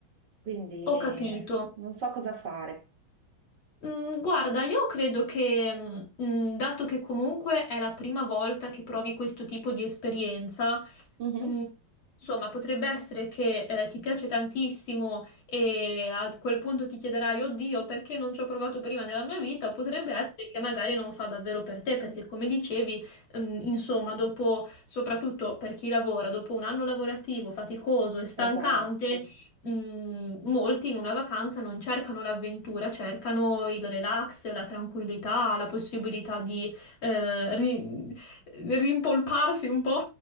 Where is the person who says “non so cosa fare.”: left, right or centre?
Right